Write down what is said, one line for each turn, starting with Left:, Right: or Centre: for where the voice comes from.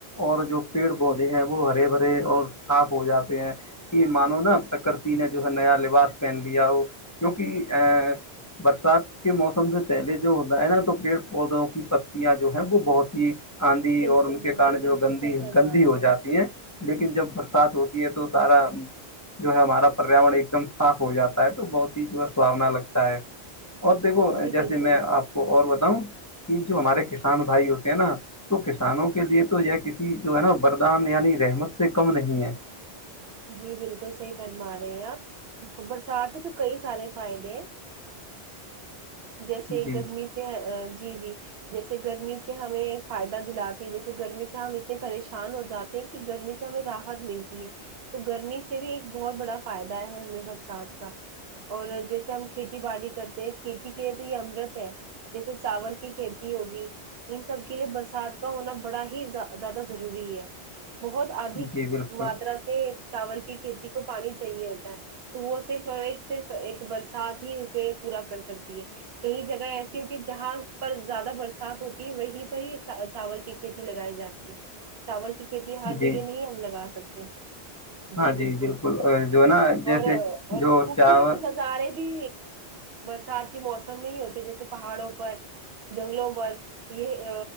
Left: اور جو پیڑ بہت وہ ہرے بھرے اور صاف ہو جاتے ہیں کہ مانو نا ت کرتیین جو ہے نیا لباس پہن لیا وہ کیونکہ ا برسات کے موسم سے پہلے جو ہوتا ہے نا تو پیڑ پودوں کی پ یاں جو ہے وہ بہت ہی آندھی
Right: بالکل
Left: اور ان
Right: بالکل
Left: کے کن جو
Right: بالکل
Left: گندی
Right: صحیح فرما
Left: گندی
Right: رہے
Left: ہو جاتی ہیں لیکن جب برسات ہوتی ہے تو سارا جو ہے ہمارا پریاورن ایک دم صاف ہو جاتا ہے تو بہت ہی جو ہے سحانا لگتا ہے اور دیکھو
Right: ہیں جی
Left: جیسے
Right: بالکل
Left: میں آپ کو اور بتاؤں کہ جو ہمارے کسان بھائی ہوتے ہیں نا تو کسانوں کے لیے تو یہ کسی جو ہے نا بردان یعنی رحمت سے کم نہیں ہے
Right: جی بالکل صحیح فرما رہے ہیں آپ برسات کے تو کئی سارے فائد جیسے
Left: جی
Right: گرمی سے جی جی جیسے گرمی سے ہمیں فائدہ دلاتی جیسے گرمی سے ہم اتنے پریشان ہو جاتے کہ گرمی سے ہمیں رات ملتی ہے تو گرمی سے بھی ایک بہت بڑا فائدہ ہے ہمیں برسات کا اور جیسے ہم کھیتی باڑی کرتے ہیں کھیتی کے لیے تو یہ امرت ہے جیسے چاول کی کھیتی ہوگی ان سب کے لیے برسات کا ہونا بڑا ہی زیادہ ضروری ہے بہت ادھک
Left: جی بالکل
Right: ماترا سے چاول کی کھیتی کو پانی چاہیے ہوتا ہے تو وہ صرف اور ایک صرف ایک برسات ہی اسے پورا کر سکتی ہے کئی جگہ ایسی ہوتی ہے جہاں پر زیادہ برسات ہوتی وہیں پر ہی چاول کی کھیتی لگائی جاتی چاول کی کھیتی ہر
Left: جی
Right: جگہ نہیں ہم لگا سکتے جی
Left: ہاں
Right: بالکل
Left: اور جو ہے نا جیسے
Right: اور اور
Left: جو
Right: خوبصورت
Left: چاول
Right: ن زارے بھی ساتھ ہی موسم میں ہی ہوتے جیسے پہاڑوں پر جنگلوں پر یہ